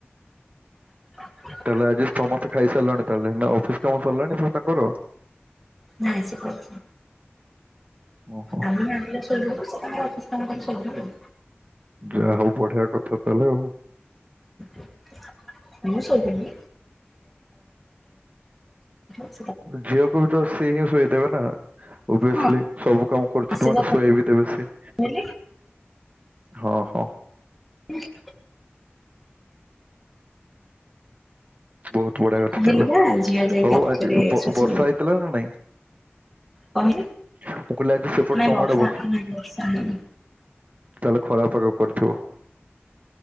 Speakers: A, in the centre; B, on the right.
A: <inaudible>
B: ତାହେଲେ ଆଜି ସମସ୍ତେ ଖାଇସାରିଲଣି ତାହେଲେ ନା ଅଫିସ କାମ ସରିଲାଣି ତାଙ୍କର।
A: ନାଇଁ ସେ କରୁଛନ୍ତି।
B: ଓହୋ
A: ଆମେ ମାଆ ପିଲା ଶୋଇପଡ଼ିବୁ ସେ ତାଙ୍କ ଅଫିସ୍ କାମ କରି ଶୋଇପଡ଼ିବେ ଆଉ
B: ଯାହା ହଉ ବଢିଆ କଥା ତାହେଲେ ଆଉ।
A: <inaudible> ମୁଁ ଶୋଇପଡିବି <unintelligible>
B: ଝିଅକୁ ବି ତ ସିଏ ହିଁ ଶୋଇଦେବେ ନା ଓଭିଏସ୍ଲି
A: ହଁ
B: ସବୁ କାମ କରୁଛି
A: ଆସିବା
B: ତୁ ମାନେ ଶୁଆଇବି ଦେବେ ସେ
A: କହିଲେ
B: ହଁ ହଁ।
A: <inaudible>
B: ବହୁତ ବଢିଆ କଥା
A: କହିଲି
B: ତାହେଲେ
A: ବା ଝିଅ ଯାଇକି
B: ହଉ
A: ରାତିରେ
B: ଆଜି ବ-ବର୍ଷା
A: ଶୋଇଛି
B: ହେଇଥିଲା ନା ନାଇଁ?
A: କହିଲେ
B: ମୁଁ କହିଲି ଆଜି ସେପଟେ
A: ନାଇଁ
B: ତମ
A: ବର୍ଷା
B: ଆଡେ ବ
A: ନାଇଁ ବର୍ଷା ହେଇନି
B: ତାହେଲେ ଖରା ପାଗ କରିଥିବ।